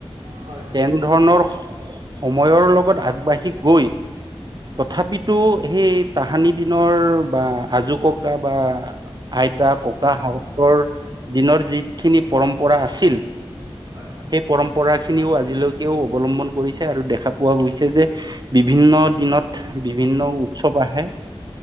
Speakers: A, on the right; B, on the right.
A: হয় হয়
B: তেনে ধৰণৰ সময়ৰ লগত আগবাঢ়ি গৈ
A: হয়
B: তথাপিতো সেই তাহানি দিনৰ বা আজো ককা বা আইতা ভাগতৰ দিনৰ যিখিনি পৰম্পৰা আছিল
A: হয় হয় হয়
B: সেই পৰম্পৰা খিনিও আজিলৈকেও অৱলম্বন কৰিছে আৰু দেখা পোৱা গৈছে যে বিভিন্ন দিনত বিভিন্ন উৎসৱ আহে